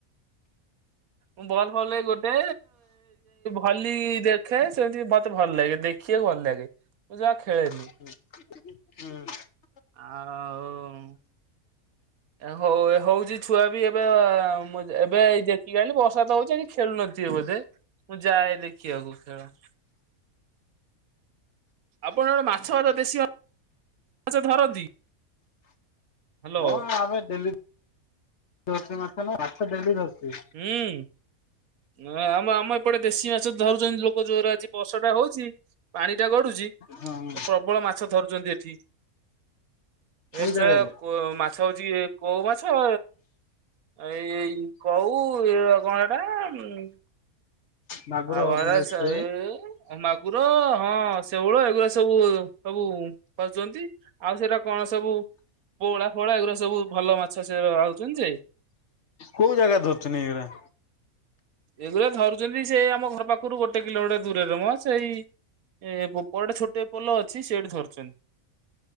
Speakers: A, on the right; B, on the left.
A: ମୁଁ ବଲ୍ ଫଲ ଗୋଟେ ଭଲି ଦେଖେ ସେମିତି ମତେ ଭଲ ଲାଗେ ଦେଖେ। ଦେଖିବାକୁ ଭଲ ଲାଗେ। ମୁଁ ଜମା ଖେଳେନି
B: ହୁଁ ହୁଁ।
A: ଆଉ? ହଉ ହଉଛି ଛୁଆ ବି ଏବେ ଏବେ ଦେଖିକି ଆଣିଲି ବର୍ଷା ତ ହଉଛି କି ଖେଳୁ ନଥିବେ ବୋଧେ ମୁଁ ଯାଏ ଦେଖିବାକୁ ଖେଳ। ଆପଣ ଗୋଟେ ମାଛ ଭ ଦେଶୀ ମା ମାଛ ଧରନ୍ତି। ହ୍ୟାଲୋ
B: ହଁ ଆମେ ଡେଲି ମାଛ ନା ମାଛ ଡେଲି ଧରୁଛି।
A: ହୁଁ ଆମ ଆମ ଏପଟେ ଦେଶୀ ମାଛ ଧରୁଛନ୍ତି ଲୋକ ଜୋର ଆଜି ବର୍ଷା ଟା ହଉଛି ପାଣି ଟା ଗଡୁଛି
B: ହଁ
A: ପ୍ରବଳ ମାଛ ଧରୁଛନ୍ତି ଏଠି
B: କୋଉ
A: ଏସ
B: ଜାଗାରେ?
A: ମାଛ ହଉଛି କଉ ମାଛ ଏଇ କଉ କଣ ଏଟା
B: ମାଗୁର
A: ଆଉ
B: ହଉଛି
A: ଭଡ
B: ଯୋଉ
A: ଏଇ ମାଗୁର, ହଁ ଶେଉଳ, ଏଗୁଡା ସବୁ ସବୁ କରଜଛନ୍ତି ଆଉ ସେଇଟା କଣ ସବୁ ପୋହୋଡା ଫୋହୋଳା ଏଗୁଡା ସବୁ ଭଲ ମାଛ ସେ ଆଉଛନ୍ତି ଯେ
B: କୋଉ ଜାଗାରେ ଧରୁଚନ୍ତି ଏଇଗୁରା?
A: ଏଗୁରା ଧରୁଛନ୍ତି ସେଇ ଆମ ଘର ପାଖରୁ ଗୋଟେ କିଲୋମିଟର ଦୂରରେ ମ ସେଇ ଏ ପରଟେ ଛୋଟେ ପୋଲ ଅଛି ସେଇଠି ଧରୁଛନ୍ତି।